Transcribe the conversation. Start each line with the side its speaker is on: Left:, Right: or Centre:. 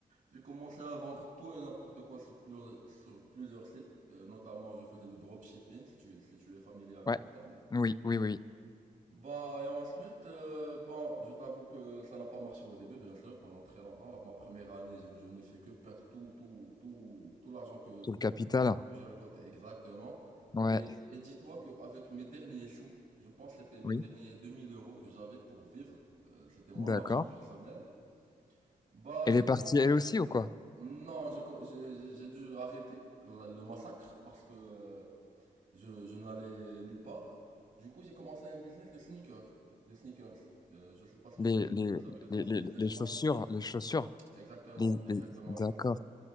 Right: J'ai commencé à vendre tout et n'importe quoi sur plusieurs, sur plusieurs sites. Euh, notamment, je faisais du dropshipping, si tu, si tu es familier avec
Left: ouais,
Right: le terme.
Left: oui, oui, oui, oui.
Right: Bah, et ensuite, euh, bon, je t'avoue que ça n'a pas marché au début, bien sûr, pendant très longtemps. La- ma première année, je, je n'ai fait que perdre tout, tout, tout, tout l'argent que,
Left: Tout le capital,
Right: que j'ai récolté exactement.
Left: ouais,
Right: Et, et dis-toi qu'avec mes derniers sous, je pense que c'était mes
Left: oui,
Right: derniers 2000 euros que j'avais pour vivre, euh, c'était mon
Left: d'accord.
Right: argent personnel. Bah,
Left: Et
Right: j'ai
Left: les
Right: commencé.
Left: parties, elles aussi ou quoi?
Right: Non, j'ai, co- j'ai, j'ai j'ai dû arrêter la- le massacre parce que, euh, je, je n'allais nulle part. Du coup, j'ai commencé un business de sneakers. De sneakers. Euh, je sais pas si je
Left: Les,
Right: suis familier
Left: les,
Right: aussi avec le terme,
Left: les,
Right: c'est
Left: les,
Right: les espaces
Left: les chaussures,
Right: sportifs.
Left: les chaussures,
Right: Exactement,
Left: les,
Right: c'est
Left: les-
Right: exactement
Left: d'accord,
Right: ça.